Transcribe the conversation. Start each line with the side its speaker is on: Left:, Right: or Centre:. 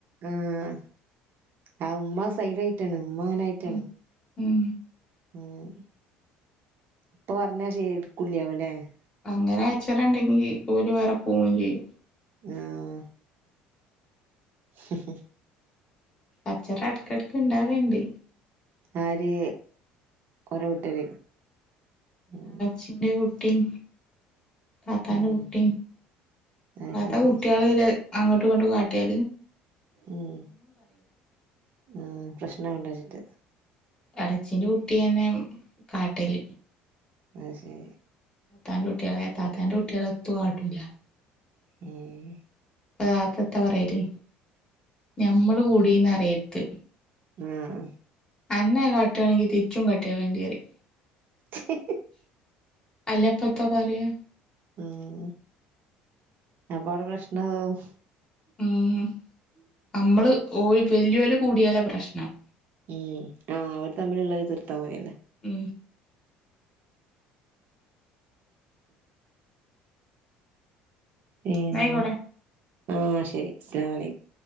Right: ആഹ് ആ ഇമ്മ സൈഡയിട്ടാണ് ഇമ്മ അങ്ങനായിട്ടാണ്
Left: ഉം ഉം
Right: ഏഹ് ഇപ്പൊ പറഞ്ഞ <unintelligible>
Left: അങ്ങനെച്ചനണ്ടെങ്കി ഓല് വേറെ പോവും ചെയ്യും
Right: ആഹ് ഹ് ഹ്
Left: കച്ചറ എടെക്കെടെക്ക് ഇണ്ടാവേണ്ട്
Right: ആര് ഒര വീട്ടിൽ ഉം
Left: ച്ചിന്റെ കുട്ടിം താത്താന്റെ
Right: ഉം
Left: കുട്ടിയും
Right: അത്
Left: താത്ത
Right: ശരി
Left: കുട്ടികളില് അങ്ങോട്ടും ഇങ്ങോട്ട് കാട്ടിയ
Right: ഉം ഉം പ്രശ്ന ആണ്ടചിട്ട്
Left: എളച്ചീന്റെ കുട്ടിയന്നെ കാട്ടല്
Right: അഹ് ശരി
Left: താത്താന്റെ കുട്ട്യാളെ താത്താന്റുട്ട്യാളെ എത്തു കാട്ടൂല
Right: ഉം
Left: പ താത്ത എത്താ പറയല് ഞമ്മള് കൂടീന്ന് അറിയത്ത്
Right: ആഹ്
Left: അന്നേ കാട്ടുവാണെങ്കിൽ തിരിച്ചു കട്ടിയാലണ്ടി പറിം
Right: ച്ചി
Left: അല്ലപ്പത്തപറയാ
Right: ഉം അപ്പവടെ പ്രശ്നാവ്
Left: ഉം അമ്മള് ഓയ് വല്ല്യോല് കൂടിയാലാ പ്രശ്നം
Right: ഉം ആഹ് അവര് തമ്മിലുള്ളതെ തിർത്താ മതിയല്ലേ
Left: ഉം
Right: പീന്നെ
Left: ന്നായിക്കോട്ടെ
Right: ന്നാ ശരി അസ്സലാമലയ്ക്കും